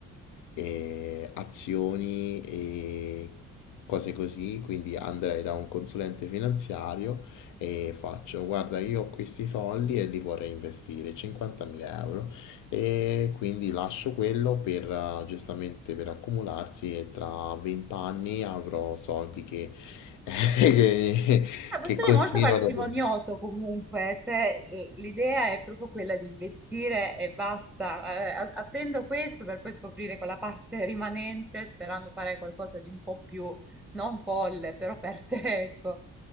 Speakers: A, on the left (about 80°); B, in the centre.
A: eh, eh, azioni e cose così, quindi andrei da un consulente finanziario e faccio, guarda, io ho questi soldi e li vorrei investire, 50.000 euro, e quindi lascio quello per, eh, giustamente per accumularsi e tra 20 anni avrò soldi che... <laughs>
B: Ah, può
A: Che
B: essere
A: continuano.
B: molto parsimonioso
A: ad avere.
B: comunque, cioè eh, l'idea è proprio quella di investire e basta. Eh, a- attendo questo per poi scoprire quella parte <laughs> rimanente, sperando fare qualcosa di un po' più non folle, però per te, ecco.